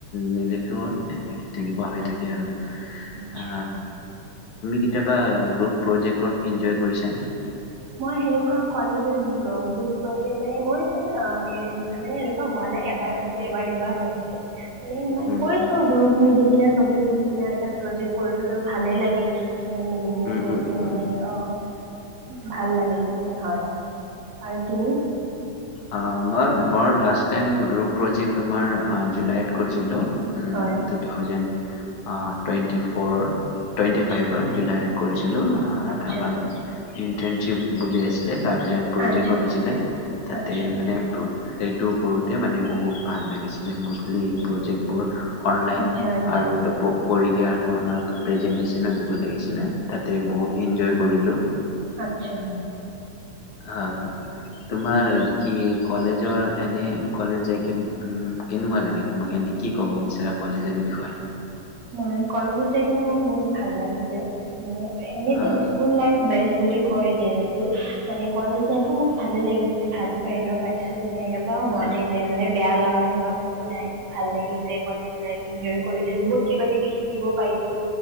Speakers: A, on the left; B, on the right.
A: নিলিখো এ তেনেকুৱা হৈ থাকে এ আৰু
B: আচ্ছা,
A: আ কেতিয়াবা গোপ প্ৰজেক্টক ইনজয় কৰিছানে
B: মই হেনেকুৱা কলেজত গ্ৰোপ প্ৰজেক্ট মানে হৈছে হোৱা নাই এবাৰ হৈছে এবাৰ দুবাৰ হৈছোন ইমান
A: উম,
B: কৈছো গ্ৰুপ মিলি সনা চবে মিলি কিনে এটা প্ৰজেক্ট কৰিলে ভালেই লাগে চবে মিলি কিনে
A: উম,
B: কৰোঁতে
A: উম, উম,
B: মানে আহ ভাল লাগে তেতিয়া হয় আৰু তুমি
A: অ মই মই লাষ্ট টাইম গ্ৰুপ প্ৰজেক্ট তোমাৰ জুলাইত কৰিছিলো উম
B: হয়
A: টু থউজেণ্ অ টুৱেণ্টি ফ'ৰৰ টুৱেণ্টি
B: আচ্ছা
A: ফাইভ জুলাই কৰিছ যোৱা
B: আচ্ছা
A: আমাৰ ইণ্টাৰ্নশ্বিপ বুলি আছিলে, লাভ <inaudible> কৰি
B: আচ্ছা
A: দিছিলে, তাতে
B: আচ্ছা
A: মানে সেইটো কৰোতে মানে বহুত ভাল লাগিছিলে, ম'ষ্টলি প্ৰজেক্টবোৰৰ অনলাইন
B: আচ্ছা আচ্ছা
A: আৰু এটা বুক কৰি য়েই আৰু আমাক প্ৰেজেন্টেচনো দিব লাগিছ ছিলে, তাতে বহুত এনজয় কৰিলোঁ
B: আতছা।
A: হয়। তোমাৰ কি কলেজৰ এনে কলেজ যাইকে উম, কেনেকুৱা লাগে তোমাক এনে কি কব বিচাৰা কলেজৰ বিষয়ে?
B: মই কলেজত যায় কিনে মোক বহুত ভাল লাগিছে। এনেত
A: অ
B: ইস্কুল লাইফ বেষ্ট বুলি কয় যিহেতু মানে কলেজ লাইফো মোক ভালে লাগিছে, ভাল ফ্ৰেণ্ডো পাইছো মানে এ হোৱা
A: অ
B: নাই যে, মানে বেয়া লাগ <unintelligible> একো নাই। ভাল লাগিছে কলেজ লাইফ। এনজয় কৰিছো বহুত কিবা কিবি শিকিব পাইছো